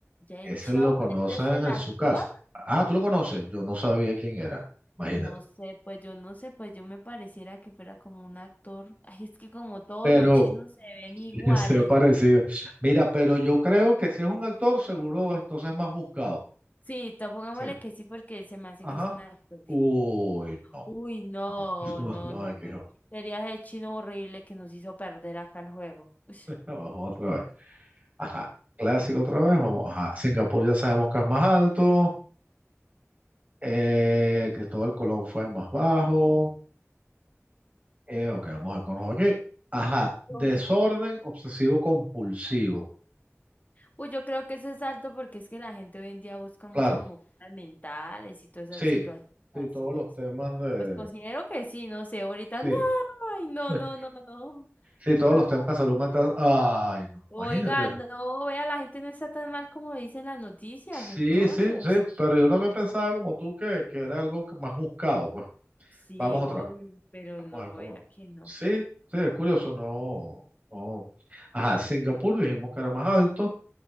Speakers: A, on the left; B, on the right.
A: Jay
B: ese
A: Chou,
B: lo conocen
A: ¿este es el
B: en
A: actor?
B: su casa. Ah, tú lo conoces, yo no sabía quién era, imagínate.
A: No sé, pues yo no sé, pues yo me pareciera que fuera como un actor. Ay, es que como todos
B: Pero,
A: los chinos se ven
B: <laughs>
A: iguales.
B: Será parecido. Mira, pero yo creo que si es un actor, seguro entonces es más buscado.
A: Sí, to- pongámosle
B: Sí.
A: que sí, porque se me hace
B: Ajá.
A: que es un actor.
B: Uy, no.
A: Uy, no,
B: No, no, <laughs>
A: no,
B: no,
A: no,
B: hay que
A: no.
B: joder.
A: Sería el chino horrible que nos hizo perder acá el juego. <laughs> Ush.
B: Vamos otra vez. Ajá. Clásico otra vez. Vamos. Ajá. Singapur ya sabemos que es más alto. Eh, Cristóbal Colón fue más bajo. Eh, ok, vamos a conocer aquí. Ajá. Desorden
A: Yo-
B: obsesivo compulsivo.
A: Uy, yo creo que eso es alto porque es que la gente hoy en día busca mucho
B: Claro.
A: como cosas mentales y todas
B: Sí.
A: esas situaciones
B: Sí,
A: así
B: todos los
A: es.
B: temas de...
A: Pues
B: de-
A: considero que sí, no sé, ahorita
B: Sí.
A: no, ay, no,
B: <laughs>
A: no, no, no.
B: Sí, todos
A: no.
B: los temas de salud mental. Ay, no,
A: Oiga,
B: imagínate.
A: no, vea, la gente no está tan mal como dicen las noticias, entonces.
B: Sí, sí, sí, pero yo también pensaba como tú que, que era algo que más buscado. Pues
A: Sí,
B: vamos
A: obvio,
B: otra vez.
A: pero
B: Vamos
A: no,
B: a ver cómo.
A: vea que no.
B: Sí, sí, es curioso, no, no. Ajá, Singapur dijimos que era más alto,